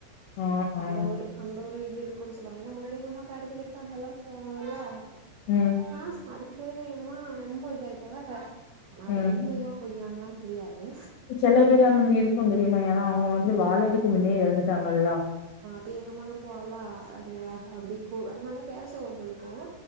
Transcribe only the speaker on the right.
அந்த ஒரு அந்த ஒரு இது இருக்குன்னு சொல்லுவாங்க ஏனா முன்னாடியே எங்கம்மா காடு தண்ணி எடுக்க அங்கெல்லா போவாங்களா
ஆ அதுக்கப்றந்தானே எங்கம்மா ரொம்ப இதாயிட்டாங்க ஆனா
அது உண்மையா பொய்யான்லா தெரியாது
இப்ப எங்க அம்மா அங்க போவாகளா அதுனால அ புடிக்கு அது நல்லா பேசுவா உங்களுக்கு